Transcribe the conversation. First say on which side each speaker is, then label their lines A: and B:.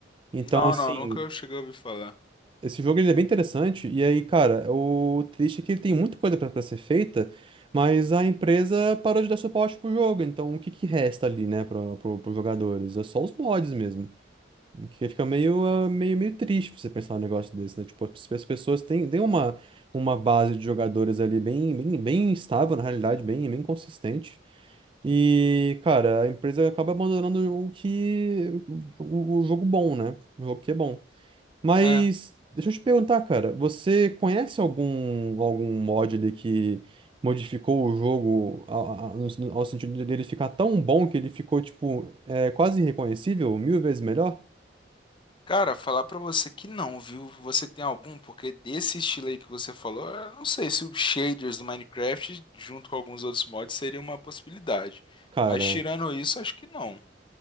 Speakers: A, on the right (about 25°); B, on the left (about 25°).
A: Então,
B: Não,
A: assim,
B: não, nunca cheguei a ouvir falar.
A: esse jogo ele é bem interessante, e aí, cara, o triste é que ele tem muita coisa pra pra ser feita, mas a empresa parou de dar suporte pro jogo, então o que que resta ali, né, pra, pro, pros jogadores? É só os mods mesmo. O que fica meio, ah, meio, meio triste pra você pensar um negócio desse, né? Tipo, as as pessoas têm, têm uma, uma base de jogadores ali bem, bem, bem estável, na realidade, bem, bem consistente. E, cara, a empresa acaba abandonando o que, o, o jogo bom, né? O jogo que é bom. Mas
B: É,
A: deixa eu te perguntar, cara, você conhece algum algum mod ali que modificou o jogo a- a- no sen- ao sentido dele ficar tão bom que ele ficou tipo é, quase irreconhecível, mil vezes melhor?
B: Cara, falar pra você que não, viu? Você tem algum? Porque desse estilo aí que você falou, eu não sei se os shaders do Minecraft, junto com alguns outros mods, seria uma possibilidade.
A: Cara,
B: Mas tirando isso, acho que não.